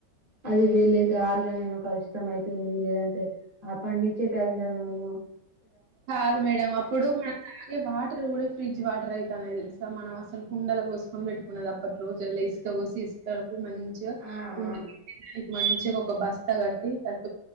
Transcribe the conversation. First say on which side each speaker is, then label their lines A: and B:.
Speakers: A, on the right; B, on the right.
A: అలివేల్లే దా పిల్లలేమో కల్షితం అయితుంది, లేదంటే అప్పన్నుంచి టైమ్ దెనను.
B: కాదు మేడం అప్పుడు మనం తాగే వాటర్ కూడా ఇ ఫ్రిడ్జ్ వాటర్ అయ్ తానై తెల్సా మనం అసలు కుండల పోసుకొని పెట్టుక్కునేది, అప్పట్ రోజులయ్ ఇసుక పోసి ఇసుకలో కు మంచిగా
A: ఆ ఆ
B: కుండ తీసి పెరయ్. మంచిగా ఒక బస్తా కట్టి తడ్